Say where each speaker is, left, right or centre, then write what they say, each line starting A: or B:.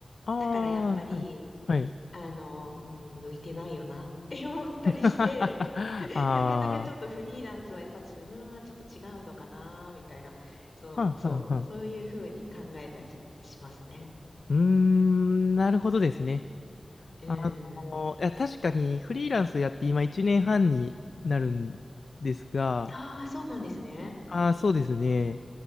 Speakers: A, on the left; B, on the left.
A: あ
B: だからやっぱり、
A: あ、はい。はい。
B: あの、うん、向いてないよなって思ったりして、
A: <laughs> ああ、
B: なかなかちょっとフリーランスはやっぱ自分はちょっと違うのかな、みたいな。そう、
A: はんはんはん。
B: そう、そういうふうに考えたりしますね。
A: うーん、なるほどですね。
B: う
A: あの、
B: ん。
A: いや、確かにフリーランスやって今1年半になるんですが、
B: ああ、そうなんですね。
A: ああ、そうですね。